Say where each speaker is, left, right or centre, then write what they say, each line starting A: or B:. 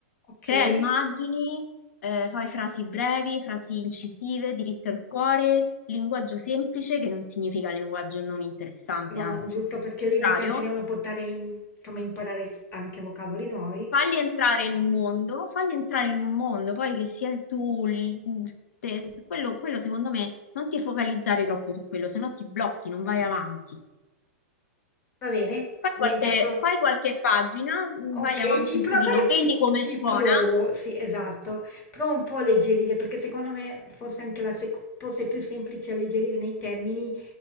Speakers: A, on the left; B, on the left.
A: ok,
B: Crea immagini eh, fai frasi brevi, frasi incisive, diritte al cuore, linguaggio semplice, che non significa linguaggio non interessante,
A: no,
B: anzi,
A: giusto perché
B: al contrario.
A: i libri ti anche devono portare, in- insomma, imparare anche vocaboli nuovi.
B: Fagli entrare in un mondo, fagli entrare in un mondo, poi che sia il tuo, il- il te- quello, quello secondo me non ti focalizzare troppo su quello, se no ti blocchi, non vai avanti.
A: Va bene,
B: Fai qualche,
A: mi hai dato...
B: fai qualche pagina,
A: Ok,
B: vai avanti
A: ci
B: un
A: provo,
B: pochino,
A: allora
B: vedi
A: ci,
B: come
A: ci
B: suona,
A: provo, sì, esatto. Provo un po' a alleggerire, perché secondo me fosse anche la sec- fosse più semplice alleggerire nei termini